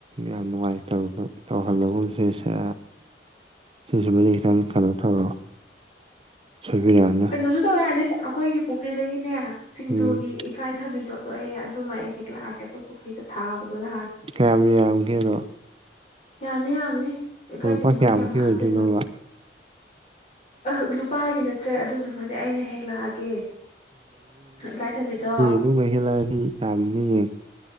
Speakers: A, on the right; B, on the left.
A: ꯌꯥꯝ ꯅꯨꯡꯉꯥꯏꯇ ꯇꯧꯍꯜꯂꯒꯨꯝꯁꯦ ꯁꯥ ꯁꯤꯁꯤꯃꯗꯤ ꯈꯤꯇꯪ ꯀꯩꯅꯣ ꯇꯧꯔꯑꯣ ꯁꯣꯏꯕꯤꯔꯛꯑꯅ
B: ꯀꯩꯅꯣꯁꯨ ꯇꯧ ꯌꯥꯅꯦ ꯑꯩꯈꯣꯏꯒꯤ ꯄꯨꯈ꯭ꯔꯤꯗꯒꯤꯅꯦ ꯁꯤꯡꯖꯨꯒꯤ
A: ꯎꯝ
B: ꯏꯀꯥꯏꯊꯕꯤꯗꯣ ꯑꯗꯣ ꯑꯩ ꯑꯗꯨꯃ ꯑꯩ ꯍꯦꯛ ꯂꯥꯛꯑꯒꯦ ꯑꯩꯈꯣꯏ ꯄꯨꯈ꯭ꯔꯤꯗ ꯊꯥꯕꯗꯣ ꯅꯍꯥꯟ
A: ꯀꯌꯥꯝ ꯌꯥꯝꯒꯦꯗꯣ
B: ꯌꯥꯝꯅꯤ ꯌꯥꯝꯅꯤ ꯏꯀꯥꯏꯊꯕꯤꯕꯨ
A: ꯂꯨꯄꯥ ꯀꯌꯥꯃꯨꯛꯀꯤ
B: ꯀꯌꯥꯝ ꯍꯥꯞꯇꯣꯏꯅꯣ
A: ꯑꯣꯏꯗꯣꯏꯅꯣꯕ
B: ꯑꯍ ꯂꯨꯄꯥꯒꯤ ꯅꯠꯇ꯭ꯔꯦ ꯑꯗꯨꯗꯨꯃꯗꯤ ꯑꯩꯅ ꯍꯦꯛ ꯂꯥꯛꯑꯒꯦ ꯀꯦ ꯏꯀꯥꯏꯊꯕꯤꯗꯣ
A: ꯑꯗꯨ ꯀꯩ ꯍꯦꯜꯂꯑꯗꯤ ꯌꯥꯝ ꯅꯤꯌꯦ